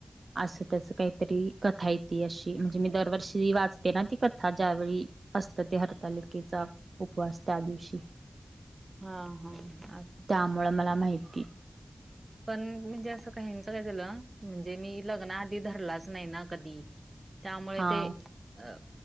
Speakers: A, on the right (about 80°); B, on the right (about 50°).
A: असं त्याच काहीतरी कथा येते अशी म्हणजे मी दरवर्षी वाचते ना ती कथा ज्यावेळी असत ते हरतालिकेचा उपवास त्या दिवशी
B: हा हा अ
A: त्यामुळे मला माहिती
B: पण म्हणजे असं काहीच काय झालं म्हणजे मी लग्न आधी धरलाच नाही ना कधी त्यामुळे
A: हा
B: ते अ